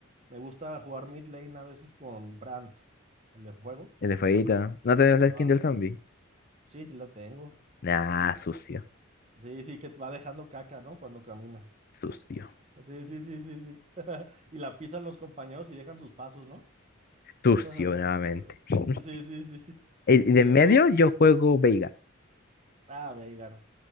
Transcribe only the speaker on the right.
Me gusta jugar mid lane a veces con Brandt, el de fuego.
Ajá.
Sí, sí la tengo.
Sí, sí, que va dejando caca, ¿no? Cuando camina.
Sí, sí, sí, sí, sí. <laughs> Y la pisan los compañeros y dejan sus pasos, ¿no?
<laughs>
Sí, sí, sí, sí.
Y luego,
ah, Veigar.